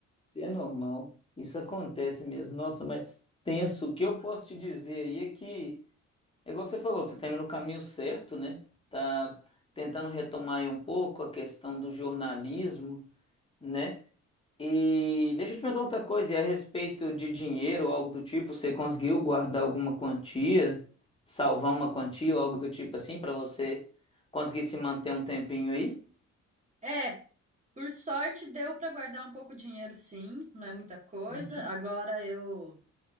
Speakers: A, on the left; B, on the right.
A: É normal. Isso acontece mesmo. Nossa, mas tenso. O que eu posso te dizer aí é que, é igual você falou, você está indo no caminho certo, né? Tá tentando retomar aí um pouco a questão do jornalismo. né? E deixa eu te perguntar outra coisa, e a respeito de dinheiro ou algo do tipo, você conseguiu guardar alguma quantia, salvar uma quantia ou algo do tipo assim pra você conseguir se manter um tempinho aí?
B: É, por sorte deu para guardar um pouco de dinheiro, sim, não é muita coisa.
A: Uhum.
B: Agora eu